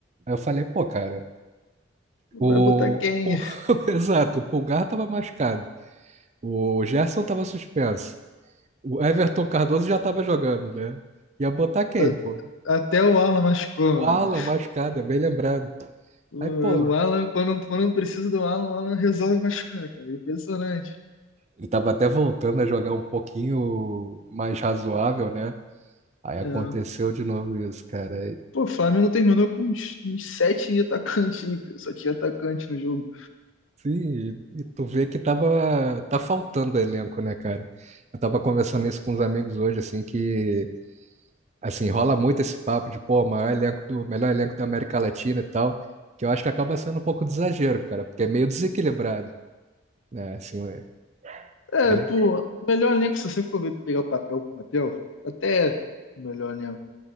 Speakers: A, on the right; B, on the left.
A: Aí eu falei, pô, cara,
B: Vai
A: o.
B: botar quem?
A: o- <laughs> Exato, o Pulgar estava machucado. O Gerson estava suspenso. O Everton Cardoso já estava jogando, né? Ia botar quem,
B: A-
A: pô?
B: Até o Alan machucou,
A: O Alan
B: mano.
A: machucado, é bem lembrado.
B: O,
A: Aí, pô,
B: o Alan, quando, quando precisa do Alan, o Alan resolve machucar, cara. Impressionante.
A: ele tava até voltando a jogar um pouquinho mais razoável, né? Aí aconteceu
B: É.
A: de novo isso, cara.
B: Pô, o Flamengo terminou com uns, uns sete atacantes, hein, cara. só tinha atacante no jogo.
A: Sim, e e tu vê que tava, tá faltando elenco, né, cara? Eu tava conversando isso com uns amigos hoje, assim, que, assim, rola muito esse papo de, pô, maior elenco do, melhor elenco da América Latina e tal, que eu acho que acaba sendo um pouco de exagero, cara, porque é meio desequilibrado, né, assim, é,
B: É,
A: ele...
B: pô, melhor elenco, se você for ver- pegar o papel, papel, até melhor elenco.